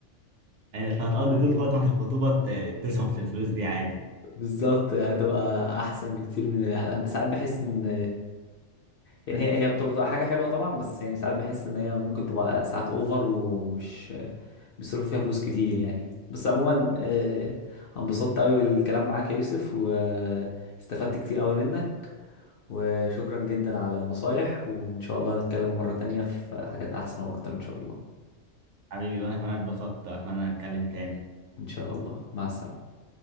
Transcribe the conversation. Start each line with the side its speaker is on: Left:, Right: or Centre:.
Right: يعني انت هتقضي طول فترة الخطوبة ت- تصرف في الفلوس دي عادي
Left: بالظبط هتبقى احسن بكتير من انا ساعات بحس ان يعني هي هي بتبقى بتبقى حاجه حلوه طبعا بس يعني ساعات بحس ان هي ممكن تبقى ساعات اوفر ومش بيصرفوا فيها فلوس كتير يعني بس عموما آه، انبسطت قوي بالكلام معاك يا يوسف واستفدت كتير قوي منك وشكرا جدا على النصايح وإن شاء الله نتكلم مرة تانية في حاجات أحسن وأكتر إن شاء الله
Right: حبيبي وانا كمان اتبسطت اتمنى نتكلم تاني
Left: إن شاء الله مع السلامة